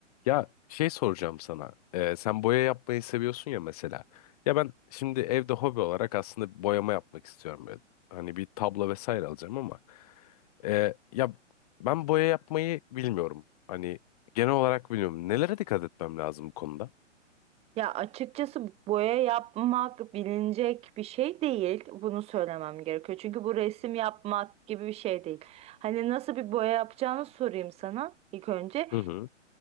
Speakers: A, on the left; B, on the right.
A: Ya şey soracağım sana. Ee, sen boya yapmayı seviyorsun ya mesela. Ya ben şimdi evde hobi olarak aslında boyama yapmak istiyorum. Böyle. Hani bir tablo vesaire alacağım ama. Ee, ya ben boya yapmayı bilmiyorum. Hani genel olarak bilmiyorum. Nelere dikkat etmem lazım bu konuda?
B: Ya açıkçası boya yapmak bilinecek bir şey değil. Bunu söylemem gerekiyor. Çünkü bu resim yapmak gibi bir şey değil. Hani nasıl bir boya yapacağını sorayım sana ilk önce.
A: Hı hı.